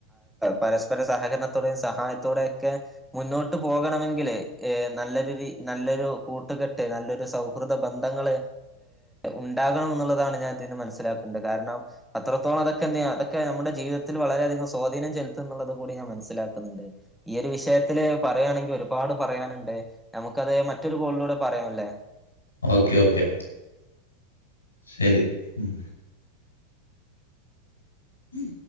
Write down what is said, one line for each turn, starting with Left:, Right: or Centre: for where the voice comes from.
Centre: പരസ്പര സഹകരണത്തോടെയും സഹായത്തോടെയൊക്കെ മുന്നോട്ട് പോകണമെങ്കിലെ നല്ലൊരു നല്ലൊരു കൂട്ടുകെട്ട് നല്ലൊരു സൗഹൃദ ബന്ധങ്ങൾ ഉണ്ടാകണം എന്നുള്ളതാണ് ഞാൻ ഇതിൽ നിന്ന് മനസ്സിലാക്കേണ്ടത്. കാരണം അത്രത്തോളം അതൊക്കെ അതൊക്കെ നമ്മുടെ ജീവിതത്തിൽ വളരെയധികം സ്വാധീനം ചെലുത്തുന്നുള്ളത് കൂടി ഞാൻ മനസ്സിലാക്കുന്നുണ്ട്. ഈ ഒരു വിഷയത്തില് പറയുകയാണെങ്കിൽ ഒരുപാട് പറയാനുണ്ട് നമുക്കത് മറ്റൊരു കോളിലൂടെ പറയാംല്ലേ.
Left: ഓക്കെ ഓക്കെ ശരി ഉം. ഉം.